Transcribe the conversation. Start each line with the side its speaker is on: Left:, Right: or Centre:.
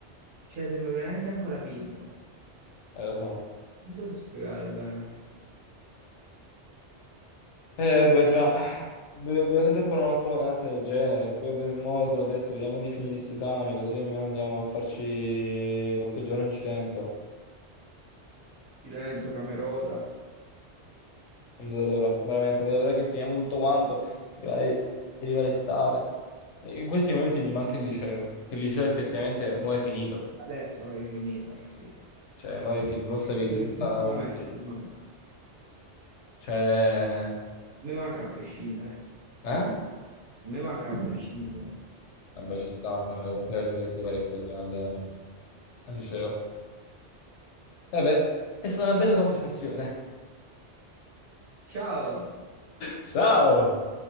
Right: Cioè, sembra veramente ancora finto.
Left: eh lo so.
Right: Non so spiegare bene.
Left: Eh, vabbè, fra... do- Dobbiamo sempre fare un'altra vacanza del genere. Poi per il modo te l'ho detto, vediamo di finire questi esami, così almeno andiamo a farci qualche giorno in Cilento.
Right: Cilento, Camerota.
Left: Non vedo l'ora, veramente, non vedo l'ora che finiamo tutto quanto e arriva e arriva l'estate. E in questi momenti mi manca il liceo, che il liceo effettivamente mo è finito.
Right: Adesso avevi finito, sì.
Left: Cioè, mo è finito, mo stavi
Right: Perché solo
Left: senza...
Right: in questi momenti
Left: ventire.
Right: ti manca. A
Left: Cioè...
Right: me manca a prescindere.
Left: Eh?
Right: A me manca a prescindere.
Left: Vabbè, ci sta, fra, comunque ci diversi parecchio al, al al liceo. Vabbè, è stata una bella conversazione.
Right: Ciao,
Left: Ciao!